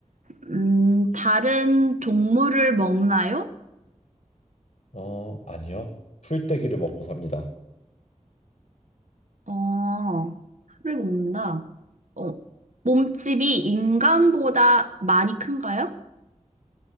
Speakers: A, on the right; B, on the left.
A: 음, 다른 동물을 먹나요?
B: 어, 아니요. 풀떼기를 먹고 삽니다.
A: 어, 풀을 먹는다. 어, 몸집이 인간보다 많이 큰가요?